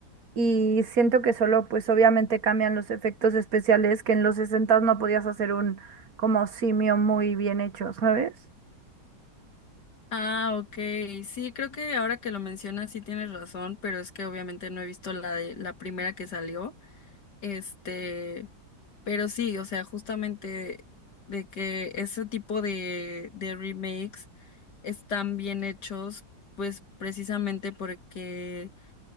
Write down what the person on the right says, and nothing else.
y siento que solo pues obviamente cambian los efectos especiales que en los sesentas no podías hacer un como simio muy bien hecho, ¿sabes?